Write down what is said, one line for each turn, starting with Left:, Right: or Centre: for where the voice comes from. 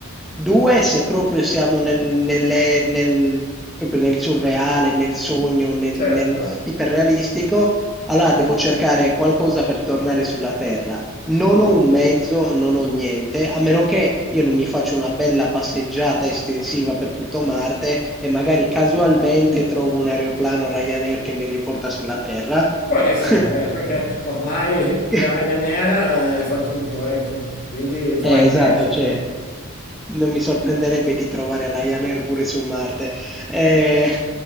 Centre: 2, se proprio siamo nel nelle nel proprio nel surreale, nel sogno, nel
Left: certo.
Centre: nel iperrealistico, allora devo cercare qualcosa per tornare sulla terra. Non ho un mezzo, non ho niente, a meno che io non mi faccio una bella passeggiata estensiva per tutto Marte e magari casualmente trovo un aeroplano Ryanair che mi riporta sulla Terra.
Left: Può essere,
Centre: <laughs>
Left: eh, perché ormai il
Centre: Eh. <laughs>
Left: Ryanair, eh, fa tutto, ecco, quindi può
Centre: Eh,
Left: anche
Centre: esatto,
Left: essere.
Centre: cioè, non mi sorprenderebbe di trovare Ryanair pure su Marte. Eh,